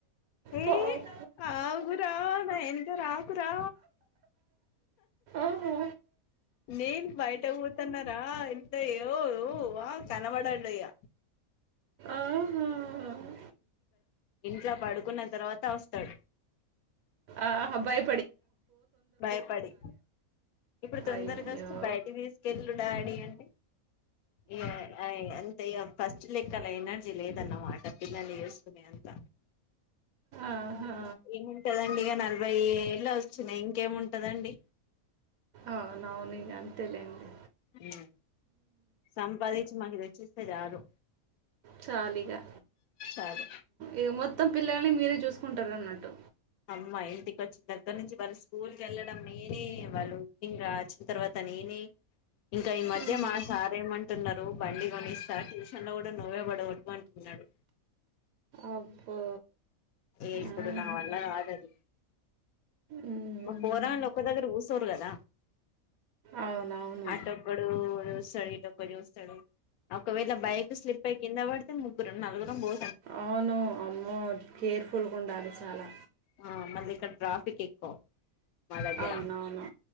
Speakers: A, on the left; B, on the right.
A: ఏయ
B: పాప
A: ఆగురా నా ఎనక రాకురా
B: ఆహా
A: నేన్ బయట పోతన్నార ఎంత ఊ డు ఆ తలబడడియ్య
B: ఆహా
A: ఇంట్ల పడుకున్న తర్వాత వస్తాడు
B: ఆహబ్బాయి
A: భయపడి ఇప్పుడు తొందరగా
B: అయ్యో
A: వస్త బయటి తీసుకెళ్ళు డాడీ అంటే ఇయ అయి అంతే ఇగ ఫస్ట్ లే కా లా ఎనర్జీ లేదన్న మాట పిల్లల్ని చేసుకునే అంత
B: ఆహా.
A: ఏముంటదండి ఇగ నలభై లా వచ్చినయి ఇంకేముంటదండి
B: అవునవును ఇగ అంతే లేండి
A: హ్మ్ సంపాదించి మాకు తెచ్చి ఇస్తే చాలు
B: చాలీగా
A: చాలు
B: ఈ మొత్తం పిల్లోల్ని మీరే చూసుకుంటారు అన్నట్టు
A: అమ్మా ఇంటికి వచ్చిన దగ్గర నుంచి వాళ్ళు స్కూల్ కెళ్ళడం నేనే వాళ్ళు <unintelligible> వచ్చిన తర్వాత నేనే ఇంక ఈ మధ్య
B: ఉహు.
A: మా సార్ ఏమంటున్నరు టు బండి కొనిస్తా ట్యూషన్ లో కూడా నువ్వే పడగొట్టు అంటున్నాడు
B: అబ్బో
A: ఏ ఇప్పుడు
B: ఆహా.
A: నా వల్ల కాదది
B: ఉమ్.
A: మా పోరగాండ్లు ఒక్క దగ్గర కూసోరు కదా
B: అవునవును
A: అట్టొక్కడు చూస్ స్తాడు ఇటోక్కడు చూస్తాడు అప్ ఒకవేళ బైక్ స్లిప్ అయి కింద పడితే ముగ్ గ్గురం నలుగురం భో
B: అవును అమ్మో కేర్ఫుల్ గుండాలి చాలా
A: ఆ మళ్ళిక్కడ ట్రాఫిక్ ఎక్కువ మా దగ్గర
B: అవునవును